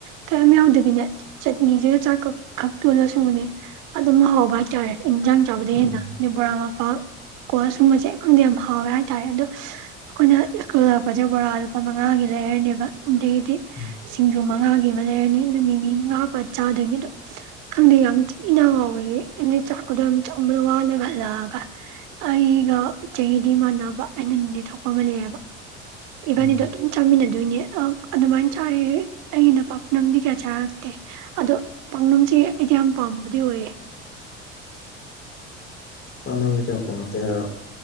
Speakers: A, on the right; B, on the left.
A: ꯀꯌꯥꯝꯝ ꯌꯥꯎꯗꯕꯤꯅ ꯄꯨꯅꯤꯗꯨꯒ ꯆꯥꯛꯛ ꯈꯛ ꯇꯨꯜꯂꯁꯨꯕꯅꯦ ꯑꯗꯨꯝ ꯍꯥꯎꯧꯕ ꯍꯥꯏꯇꯥꯔꯦ ꯏꯟꯖꯥꯡ ꯆꯥꯕꯗ
B: ꯎꯝ
A: ꯍꯦꯟꯅ
B: ꯎꯝ
A: ꯅꯤꯕꯣꯔꯥ ꯃꯄꯥ ꯀꯣ ꯁꯨꯝꯕꯁꯦ ꯑꯩꯈꯪꯗꯤ ꯌꯥꯝ ꯍꯥꯎꯋꯦ ꯍꯥꯏꯇꯥꯔꯦ ꯑꯗꯣ ꯑꯩꯈꯣꯏꯅ ꯁ꯭ꯀꯨꯜ ꯂꯥꯛꯄꯁꯦ ꯕꯣꯔꯥ ꯂꯨꯄꯥ ꯃꯉꯥꯒꯤ ꯂꯩꯔꯅꯦꯕ ꯑꯗꯒꯤꯗꯤ
B: ꯎꯝ
A: ꯁꯤꯡꯖꯨꯃ ꯃꯥꯦ ꯃꯔꯅꯤ ꯅꯃꯤ ꯃꯥ ꯄ ꯆꯥꯗꯣꯏꯅꯤ ꯑꯣ ꯈꯪꯗꯦ ꯌꯥꯝ ꯊꯤꯅ ꯍꯥꯎꯋꯦ ꯑꯗ ꯆꯥꯛꯀꯗꯣ ꯌꯥꯝ ꯆꯕꯗ ꯋꯥꯅꯒ ꯍꯜꯂꯛꯑꯒ ꯑꯩꯒ ꯆꯍꯤꯗꯤ ꯃꯥꯟꯅꯕ ꯑꯩꯅ ꯗꯤ ꯊꯣꯛꯄ ꯀꯃꯂꯤꯕ ꯏꯕꯅꯤꯗꯣ
B: ꯎꯝ
A: ꯆꯃꯅ ꯑꯗꯨꯏꯅꯦ ꯑꯗꯨꯃꯥꯏꯅ ꯆꯥꯏ ꯑꯩꯒꯤꯅ ꯄꯥꯛꯅꯝꯗꯤ ꯀꯌꯥ ꯆꯥꯔꯛꯇꯦ ꯑꯗꯣ ꯄꯥꯛꯅꯝꯁꯦ ꯑꯩꯗꯤ ꯌꯥꯝ ꯄꯝꯕꯗꯤ ꯑꯣꯏꯌꯦ꯫
B: ꯄꯥꯛꯅꯝꯖꯦ ꯀ꯭ꯌꯥ ꯄꯥꯝꯃꯛꯇꯦ ꯍꯥꯏꯔꯣ꯫